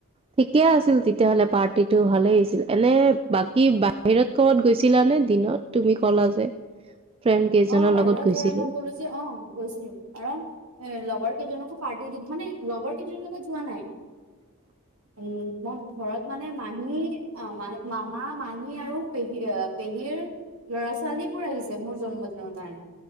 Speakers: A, on the right (about 25°); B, on the right (about 70°).
A: ঠিকে আছিল তেতিয়াহ'লে পাৰ্টিটো ভালে হৈছিল, এনে বাকী বাহিৰত ক'বাত গৈছিলা নে দিনত তুমি ক'লা যে। ফ্ৰেণ্ড কেইজনৰ
B: অ বাহিৰত
A: লগত গৈছিলো।
B: সেয়া মই কলো যে অ গৈছিলো কাৰণ এ লগৰ কেইজনকো পাৰ্টি দিম মানে লগৰ কিজনিৰ লগত যোৱা নাই।
A: <inaudible>
B: উম মই ঘৰত মানে মাহী ম মামা, মাহী আৰু পেহী, পেহীৰ ল'ৰা ছোৱালী বোৰ আহিছে মোৰ জন্ম ন কাৰণে,